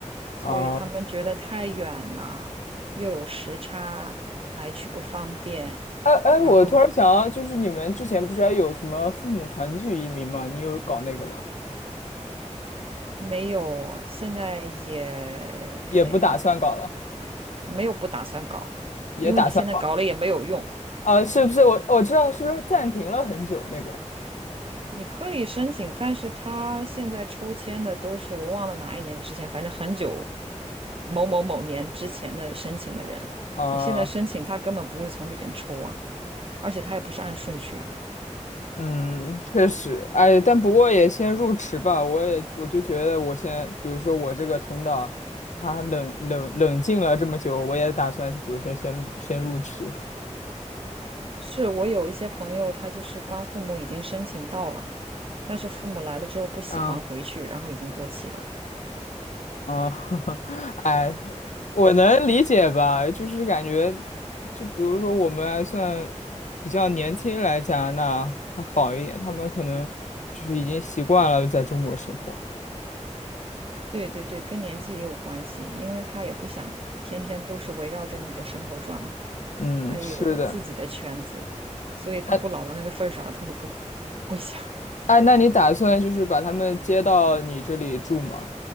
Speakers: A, on the right; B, on the left.
A: 所以他们觉得太远了，
B: 啊，
A: 又有时差，来去不方便，
B: 哎哎，
A: 然后
B: 我突然想到，就是你们之前不是还有什么父母团聚移民吗？你有搞那个吗？
A: 没有，现在也
B: 也不打算搞了，
A: 没有不打算搞，
B: 也打算搞
A: 因为你现在搞了也没有用。
B: 啊？是不是？我我知道，是不是暂停了很久那个
A: 你可以申请，但是他现在抽签的都是我忘了哪一年之前，反正很久，某某某年之前的申请的人，
B: 啊？
A: 你现在申请他根本不会从里边抽啊，而且他也不是按顺序啊。
B: 嗯，确实，哎，但不过也先入池吧。我也我就觉得，我先，比如说我这个同党，他冷冷冷静了这么久，我也打算，比如说先入先入池。
A: 是我有一些朋友，他就是帮父母已经申请到了，但是父母来了之后不喜欢回去，
B: 嗯
A: 然后已经过期了。
B: 嗯，<laughs> 哎，我能理解吧？就是感觉，就比如说我们还算比较年轻来加拿大还好一点，他们可能就是已经习惯了在中国生活。
A: 对对对，跟年纪也有关系，因为他也不想天天都是围绕着你的生活转嘛，
B: 嗯，
A: 他也有自己的圈子，
B: 是的。
A: 所以他不老到那个份儿上，
B: 哎。
A: 他都不会想
B: 哎，那你打算就是把他们接到你这里住吗？